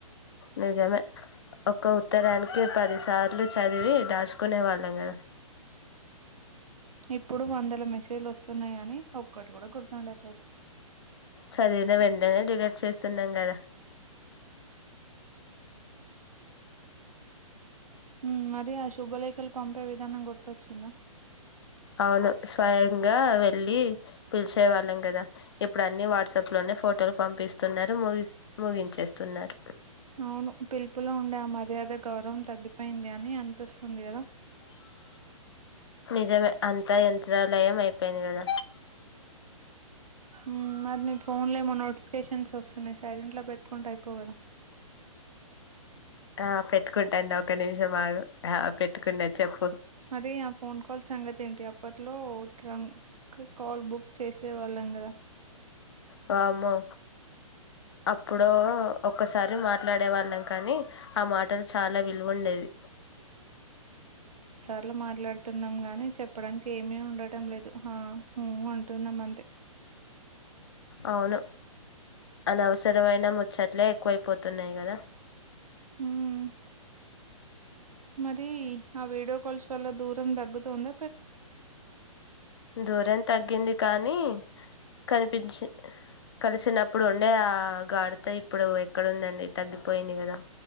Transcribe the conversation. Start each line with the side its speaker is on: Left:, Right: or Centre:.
Left: నిజమే ఒక ఉత్తరానికీ పదిసార్లు చదివి దాచ్ దాచుకునే వాళ్ళం గద
Right: ఇప్పుడు వందల మెసేజ్లు వస్తున్నాయ్ గానీ ఒక్కటి గూడ గుర్తుండట్లేదు
Left: చదివిన వెంటనే డిలేట్ చేస్తున్నాం గద
Right: ఊమ్ మరి ఆ శుభలేకల్ పంపే విదానం గుర్తొచ్చిందా
Left: ఔను స్వయంగా వెళ్ళీ పిల్చే వాళ్ళం గద ఇప్పుడు అన్నీ వాట్సాప్ లోనే ఫోటోలు పంపిస్తున్నారు మోగిస్ ముగించేస్తున్నారు
Right: ఔను పిలుపులో ఉండే ఆ మర్యాద గౌరవం తగ్గిపోయింది అని అనిపిస్తుంది గద
Left: నిజమే అంతా యంత్రాలయం అయిపోయింది గద
Right: ఊమ్ మరి నీ ఫోన్లొ ఏమో నోటిఫికేషన్స్ వస్తున్నయ్ సైలెంట్ లో పెట్కుంటే ఐపోవ్ గదా
Left: ఆ పెట్టుకుంటాన్ ఒక్క నిమిషం ఆగు ఆ పెట్టుకున్న చెప్పు
Right: మరీ ఆ ఫోన్ కాల్ సంగతే ఏంటి అప్పట్లో ట్రంగ్ కాల్ బుక్ చేసే వాళ్ళం గదా
Left: వామ్మో అప్పుడో ఒక్కసారి మాట్లాడే వాళ్ళం కానీ ఆ మాటలు చాలా విలువుండేది
Right: అట్ల మాట్లాడ్తున్నాం గానీ చెప్పడాన్కి ఏమీ ఉండటం లేదు హా హూ అంటున్నం అంతే
Left: అవును. అనవసరమైన ముచ్చట్లే ఎక్కువైపోతున్నాయ్ గద
Right: మ్. మరీ ఆ వీడియో కాల్స్ వల్ల దూరం తగ్గుతోంద
Left: దూరం తగ్గింది. కానీ కనిపిచ్చ్ కలిసినప్పుడు ఉండే ఆ గాడిత ఇప్పుడు ఎక్కడుందండీ తగ్గిపోయింది గదా